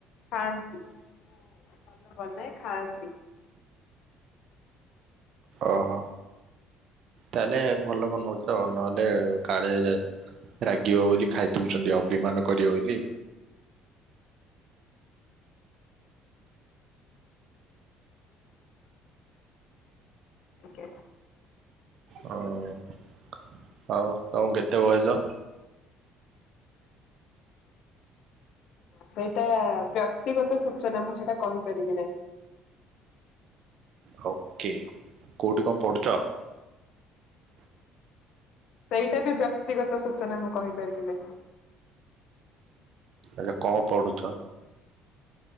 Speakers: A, on the left; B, on the right.
A: ଖାଆନ୍ତି ମୁଁ ଭଲ ବନାଏ ଖାଆନ୍ତି।
B: ଓହୋ ତାହେଲେ ଭଲ ବନୋଉଚ ନହେଲେ କାଳେଏ ଯେ ରାଗିବ ବୋଲି ଖାଇ ଦୋଉଛନ୍ତି ଅଭିମାନ କରିବ ବୋଲି।
A: ଟିକେ
B: ଓ ଆଉ ତମକୁ କେତେ ବୟସ?
A: ସେଇଟା ବ୍ୟକ୍ତିଗତ ସୂଚନା ମୁଁ ସେଇଟା କହିପାରିବି ନାହିଁ।
B: ହୋକେ କୋଉଠି କ ପଢୁଚ?
A: ସେଇଟା ବି ବ୍ୟକ୍ତିଗତ ସୂଚନା ମୁଁ କହିପାରିବି ନାହିଁ।
B: ଆଛା କଣ ପଡୁଚି?